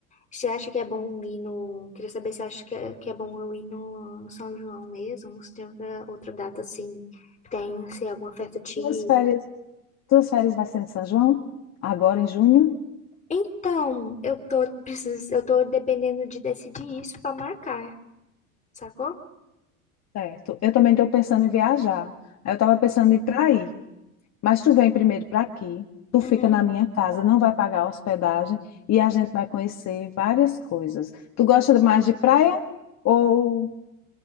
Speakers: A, on the left; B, on the left.
A: Você acha que é bom ir no. Queria saber se acha que é, que é bom eu ir no, no São João mesmo, ou se tem outra, outra data assim, que tem, se é alguma festa te
B: tuas
A: ir.
B: férias, tuas férias vai ser em São João? Agora em junho?
A: Então, eu tô, precis... eu tô dependendo de decidir isso pra marcar, sacou?
B: Certo. Eu também estou pensando em viajar. Aí Eu estava pensando em ir para aí, mas tu vem primeiro para aqui, tu
A: Uhum.
B: fica na minha casa, não vai pagar hospedagem e a gente vai conhecer várias coisas. Tu gosta mais de praia ou